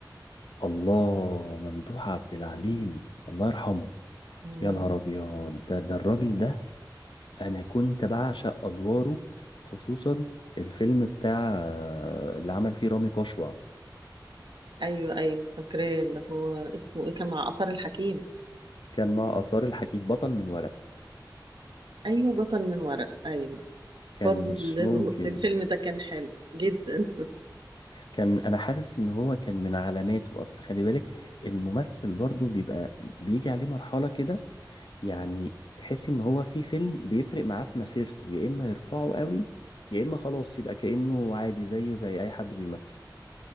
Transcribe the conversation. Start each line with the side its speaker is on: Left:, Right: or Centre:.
Left: الله ممدوح عبد العليم الله يرحمه
Right: مم.
Left: يا نهار ابيض ده ده الراجل ده انا كنت بعشق ادواره خصوصا الفيلم بتاع آه، اللي عمل فيه رامي كشوع
Right: ايوه ايوه فاكراه اللي هو اسمه ايه كان مع آثار الحكيم
Left: كان مع آثار الحكيم بطل من ورق
Right: ايوه بطل من ورق ايوه
Left: كان
Right: برضو
Left: مش
Right: ال-
Left: ممكن
Right: <laughs> الفيلم ده كان حلو جدا
Left: كان انا حاسس ان هو كان من علاماته اصل خلي بالك الممثل برضو بيبقى بيجي عليه مرحلة كده يعني تحس ان هو في فيلم بيفرق معاه في مسيرته يا اما يرفعه قوي يا اما خلاص يبقى كأنه عادي زيه زي اي حد بيمثل